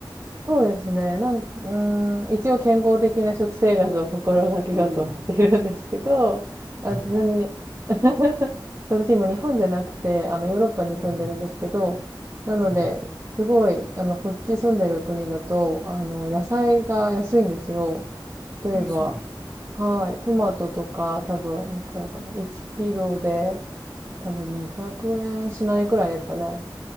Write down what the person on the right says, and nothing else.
そうですね。なん、うーん、一応健康的な食生活を心がけようとはしているんですけど、
<laughs> あ、
ちなみに、
<laughs> 私今日本じゃなくて、あの、ヨーロッパに住んでるんですけど、
なので、
すごい、あの、こっち住んでる国だと、あの、野菜が安いんですよ。例えば、
はい、トマトとか、多分、いくらかな、1キロで、多分200円しないくらいですかね。